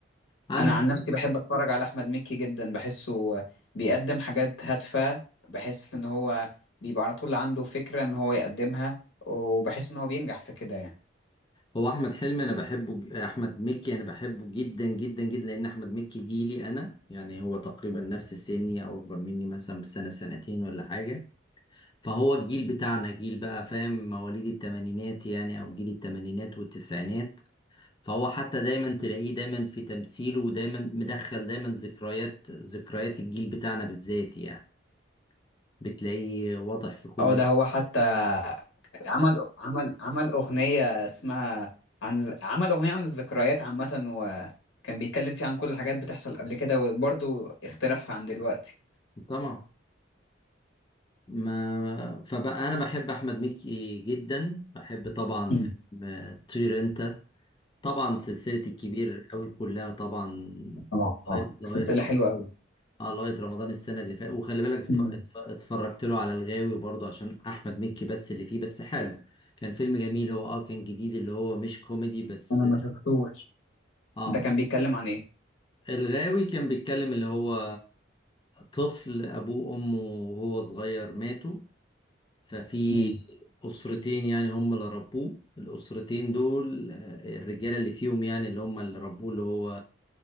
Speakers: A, on the left; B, on the left.
A: عندك
B: انا عن نفسي بحب اتفرج على احمد مكي جدا بحسه بيقدم حاجات هادفه بحس ان هو بيبقى على طول عنده فكره ان هو يقدمها وبحس ان هو بينجح في كده يعني
A: هو احمد حلمي انا بحبه ج- احمد مكي انا بحبه جدا جدا جدا لان احمد مكي جيلي انا يعني هو تقريبا نفس سني او اكبر مني مثلا بسنه سنتين ولا حاجه فهو الجيل بتاعنا جيل بقى فاهم مواليد الثمانينات يعني او جيل الثمانينات والتسعينات فهو حتى دايما تلاقيه دايما في تمثيله ودايما مدخل دايما ذكريات ذكريات الجيل بتاعنا بالذات يعني بتلاقيه واضح في كل
B: اه ده هو حتى عمل عمل عمل اغنيه اسمها عن ز- عمل اغنيه عن الذكريات عامه وكان بيتكلم فيها عن كل الحاجات بتحصل قبل كده وبرضه اختلافها عن دلوقتي
A: طبعا ما فبقى انا بحب احمد مكي جدا بحب طبعا
B: مم.
A: فيلم آه، طير انت طبعا سلسله الكبير قوي كلها طبعا
B: اه
A: لغايه لغايه
B: سلسله
A: رمضان
B: حلوه قوي
A: اه لغايه رمضان السنه اللي فاتت وخلي بالك اتف-
B: مم.
A: اتف- اتفرجت له على الغاوي برضه عشان احمد مكي بس اللي فيه بس حلو كان فيلم جميل هو اه كان جديد اللي هو مش كوميدي بس
B: انا ما شفتوش
A: اه
B: ده كان
A: بس
B: بيتكلم عن ايه
A: الغاوي كان بيتكلم اللي هو طفل ابوه وامه وهو صغير ماتوا ففي
B: مم.
A: أسرتين يعني هم اللي ربوه الأسرتين دول آه، الرجالة اللي فيهم يعني اللي هم اللي ربوه اللي هو